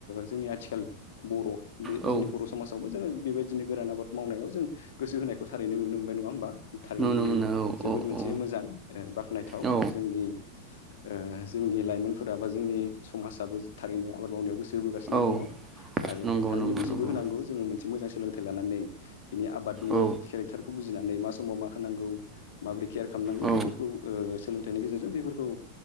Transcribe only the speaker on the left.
जोंनि आथिखाल बर' बे
जोंनि बर' समाजावबो जोङो बेबायदिनो गोरान आबाद मावनायाव जों गोसो होनायखौ थारैनो नुनो मोनबाय नङा होमबा थारैनो
बियो
जोबोद
मोनसे
मोजां बाख्नायथाव
जोंनि जोंनि लाइमोनफोरा बा जोंनि समाजाबो थारैनो आबाद मावनायाव गोसो होबोगासिनो
दङ आरो
थारैनो
गोसोबो
होनांगौ जोङो मोन मोनसे मोजां सोलोंथाइ लानानै बिनि आबादनि
केरेक्टारखौ बुजि बुजिनानै मा समाव मा होनांगौ माबोरै केयार खालामनांगौ
बेफोरखौ सोलोंथाइनि गेजेरजों बेफोर खौ